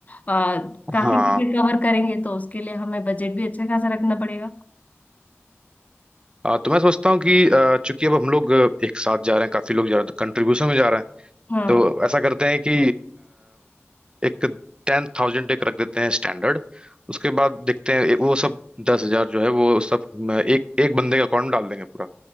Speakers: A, on the left; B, on the right.
A: आ, काफी
B: हाँ
A: चीजें कवर करेंगे तो उसके लिए हमें बजट भी अच्छा खासा रखना पड़ेगा
B: अ, तो मैं सोचता हूँ कि अ, चूंकि अब हम लोग अ, एक साथ जा रहे हैं काफी लोग जा रहे हैं तो कंट्रीब्यूशन में जा रहे हैं
A: हाँ
B: तो ऐसा करते हैं कि एक टेन थाउजेंड एक रख देते हैं स्टैंडर्ड उसके बाद देखते हैं ए- वो सब दस हजार जो है वो सब म, एक एक बंदे के अकाउंट में डाल देंगे पूरा